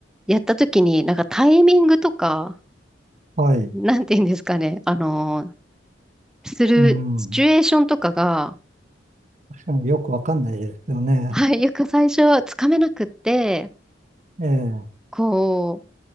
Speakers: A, in the centre; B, on the right (about 40°).
A: やったときに、なんかタイミングとか、
B: はい。
A: なんて言うんですかね、あのするシチュエーションとかが、
B: うん。確かによくわかんないですよね。
A: はい、よく最初はつかめなくって、
B: ええ。
A: こ